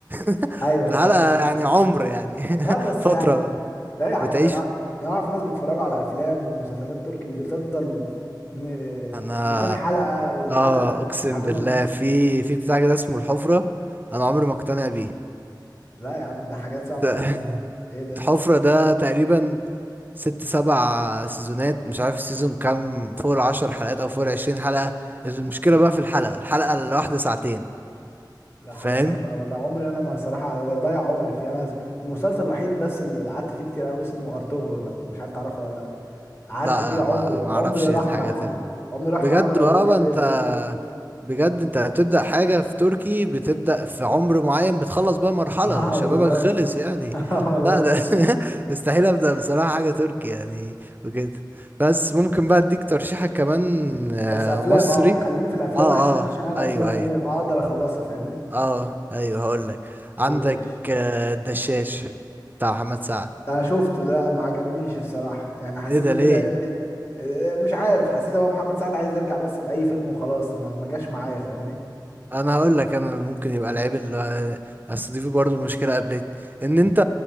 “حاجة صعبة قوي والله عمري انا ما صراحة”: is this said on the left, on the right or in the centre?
Left